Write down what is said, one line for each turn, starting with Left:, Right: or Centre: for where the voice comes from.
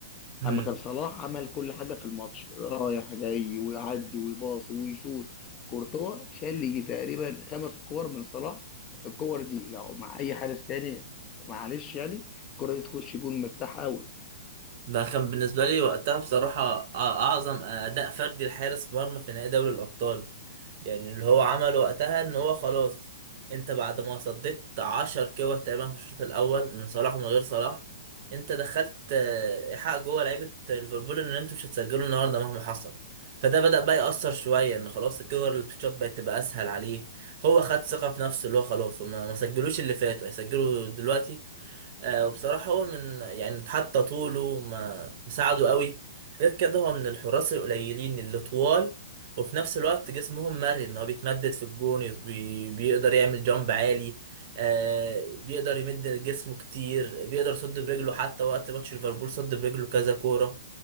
Right: مم.
Left: اما كان صلاح عمل كل حاجه في الماتش رايح جاي ويعدي ويباصي ويشوط كورتوا شال لي تقريبا خمس كور من صلاح الكور دي لو مع اي حارس تاني معلش يعني الكره دي تخش جون مرتاحه
Right: ده كان بالنسبة لي وقتها بصراحة أ- أعظم أداء فردي لحارس مرمى في نهائي دوري الأبطال يعني اللي هو عمله وقتها إن هو خلاص أنت بعد ما صديت عشر كور تقريبا في الشوط الأول من صلاح ومن غير صلاح أنت دخلت آه، إيحاء جوه لعيبة ليفربول إن أنتوا مش هتسجلوا النهاردة مهما حصل فده بدأ بقى يأثر شوية إن خلاص الكور اللي بتتشوط بقت تبقى أسهل عليه هو خد ثقة في نفسه اللي هو خلاص وما ما سجلوش اللي فاتوا هيسجلوا دلوقتي آه، وبصراحة هو من يعني حتى طوله ما مساعده قوي غير كده هو من الحراس القليلين اللي طوال وفي نفس الوقت جسمهم مرن هو بيتمدد في الجون يس- بي... بيقدر يعمل جامب عالي آه بيقدر يمد جسمه كتير بيقدر يصد برجله حتى وقت ماتش ليفربول صد برجله كذا كورة